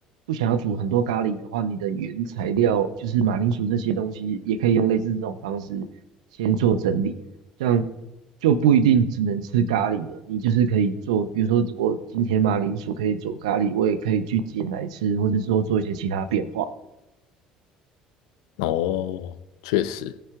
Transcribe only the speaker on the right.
不想要煮很多咖喱的话，你的原材料就是马铃薯这些东西，也可以用类似这种方式先做整理，这样就不一定只能吃咖喱了。你就是可以做，比如说我今天马铃薯可以做咖喱，我也可以去煎来吃，或者说做一些其他变化。